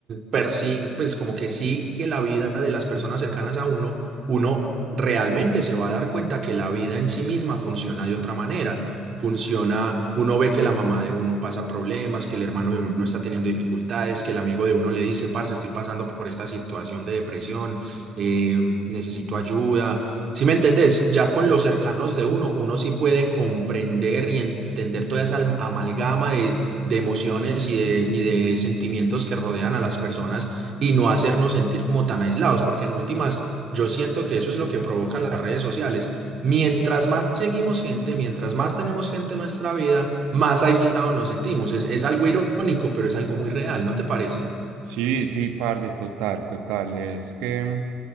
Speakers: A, on the right; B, on the right.
A: persigue, pues como que sigue la vida de las personas cercanas a uno, uno realmente se va a dar cuenta que la vida en sí misma funciona de otra manera. Funciona, uno ve que la mamá de uno pasa problemas, que el hermano de uno está teniendo dificultades, que el amigo de uno le dice, parce, estoy pasando por esta situación de depresión, eh, necesito ayuda. Si me entendés, ya con los cercanos de uno, uno sí puede comprender y entender toda esa am- amalgama de de emociones y de, y de sentimientos que rodean a las personas y no hacernos sentir como tan aislados, porque en últimas yo siento que eso es lo que provocan las redes sociales. Mientras más seguimos gente, mientras más tenemos gente en nuestra vida, más aislados nos sentimos. Es, es algo irónico, pero es algo muy real, ¿no te parece?
B: Sí, sí, parce, total, total. Es que,